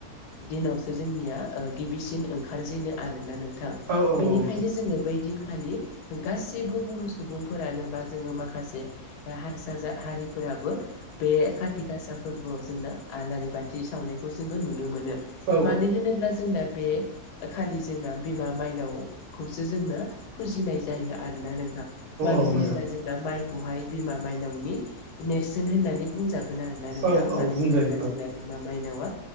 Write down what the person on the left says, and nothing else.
दिनावसो जोंनिया गिबिसिन ओंखारजेनो आरोना नोंथां
बेनिखायनो
जोङो बै दिन खालि गासैबो बर' सुबुंफोरानो बा जोङो माखासे ओ हारसा जा हारिफोराबो बे काति गासा फोरबोआव जोंना आलारि बाथि सावनायखौ जोङो नुनो मोनो।
मानो होनोब्ला जोंना बे खालि जोंना बिमा मायनाव खौसो जोंना फुजिनाय जायो आरोना नोंथां। मानो
होनोब्ला
जों दा माइखौहाय बिमा मायनावनि नेरसोन होननानै बुंजा गोन आरो ना नोंथां।
मानो
होनोब्ला जोंना बिमा मायनावा